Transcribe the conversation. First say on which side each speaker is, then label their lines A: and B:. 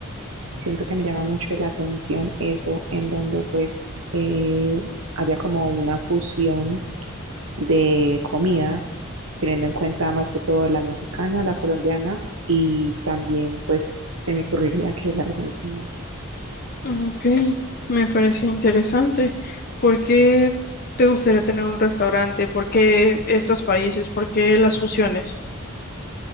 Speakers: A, on the right (about 75°); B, on the left (about 45°).
A: Siento que me llama mucho la atención eso, en donde pues eh, haya como una fusión de comidas, teniendo en cuenta más que todo la mexicana, la colombiana y también pues se me ocurriría que la argentina.
B: Mm, Ok, me parece interesante. ¿Por qué te gustaría tener un restaurante? ¿Por qué estos países? ¿Por qué las fusiones?